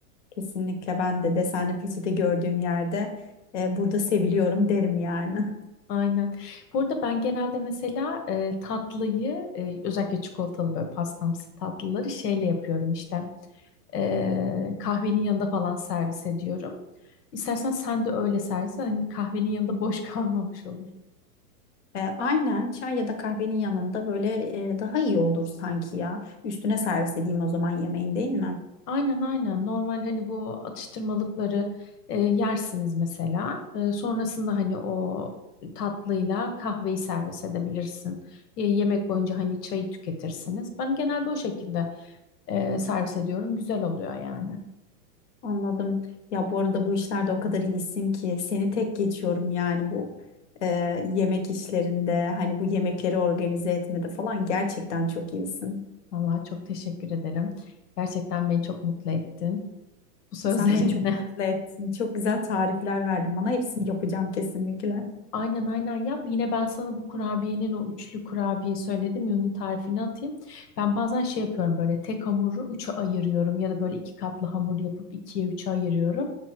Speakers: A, on the left; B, on the left.
A: Kesinlikle ben de desenli peçete gördüğüm yerde e, burada seviliyorum derim yani.
B: Aynen. Bu arada ben genelde mesela e, tatlıyı e, özellikle çikolatalı böyle pastamsı tatlıları şeyle yapıyorum işte. E, kahvenin yanında falan servis ediyorum. İstersen sen de öyle servis. et. Hani kahvenin yanında boş <laughs> kalmamış olur.
A: E, aynen çay ya da kahvenin yanında böyle e, daha iyi olur sanki ya. Üstüne servis edeyim o zaman yemeğin değil mi?
B: Aynen aynen. Normal hani bu atıştırmalıkları e, yersiniz mesela. E, sonrasında hani o tatlıyla kahveyi servis edebilirsin. E, yemek boyunca hani çayı tüketirsiniz. Ben genelde o şekilde e, servis ediyorum. Güzel oluyor yani.
A: Anladım. Ya bu arada bu işlerde o kadar iyisin ki seni tek geçiyorum yani bu e, yemek işlerinde hani bu yemekleri organize etmede falan gerçekten çok iyisin.
B: Vallahi çok teşekkür ederim. Gerçekten beni çok mutlu ettin bu sözlerinle.
A: Sen beni çok
B: <laughs>
A: mutlu ettin. Çok güzel tarifler verdin bana. Hepsini yapacağım kesinlikle.
B: Aynen aynen yap. Yine ben sana bu kurabiyenin o üçlü kurabiye söyledim ya onun tarifini atayım. Ben bazen şey yapıyorum böyle tek hamuru üçe ayırıyorum ya da böyle iki katlı hamur yapıp ikiye üçe ayırıyorum.